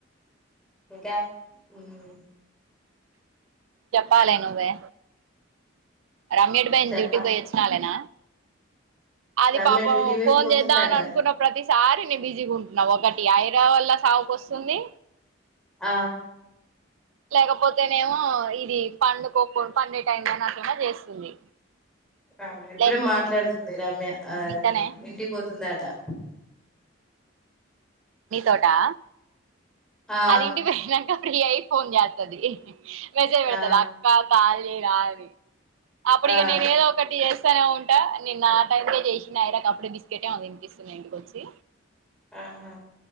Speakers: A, in the centre; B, on the right.
A: ఇంకా ఉమ్
B: చొప్పాలి నువ్వే రమ్య ఎట్ బొయింది
A: చెప్పాల
B: డ్యూటీకి పోయి వచ్చినాలేన అది
A: రమ్య
B: పాపం
A: డ్యూటీ పోయి
B: ఫోన్
A: పోతుందంట
B: చేద్దాం అని అనుకున్న ప్రతి సారిని బిజీగా ఉంటున్నా ఒకటి ఐరా వల్ల సావు కొస్తుంది
A: ఆ
B: లేకపోతేనేమో ఇది పడుకోకుం పండే టైమ్ లో అట్లనా చేస్తుంది
A: ఆ ఇప్పుడే
B: లే
A: మాట్లాడుతుంది రమ్య ఆ
B: ఇంకనే
A: ఇంటికి పోతుంన్న దట
B: నీ తోటా
A: ఆ
B: అది ఇంటి కి పోయినంక ఫ్రీ అయి ఫోన్ చెత్తది మెసేజ్
A: ఆ
B: పెడతది అక్క కాల్ చేయి తారి అప్పుడిగా
A: ఆ
B: నేనూ ఏదో ఓకటి చేస్ తనో ఉంటా నిన్న ఆ టైమ్ కే చేసిన్ ఐరా కప్పుడే బిస్కెట్ ఏమో తినిపిస్తున్నా ఇంటికి వచ్చి
A: అహా